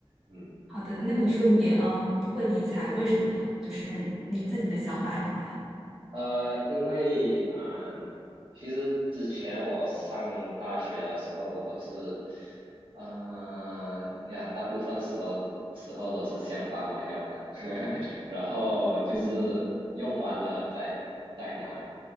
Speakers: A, on the right; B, in the centre.
A: 嗯
B: 好的，那你说你呃不会理财，为什么呢？就是你自己的想法是什么样
A: 呃，因为嗯，其实之前我上大学的时候，我都是，嗯、呀，大部分时都时候都是向爸妈要的，<laughs> 然后就是用完了再再拿，
B: 的？嗯